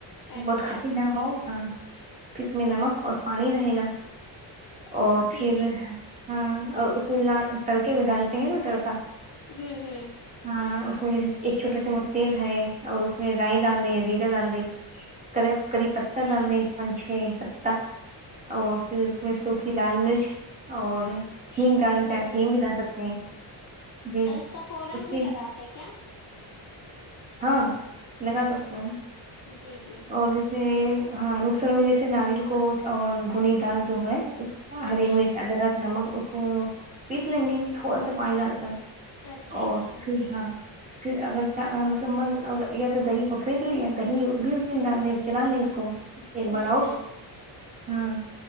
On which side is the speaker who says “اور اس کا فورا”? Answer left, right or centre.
Left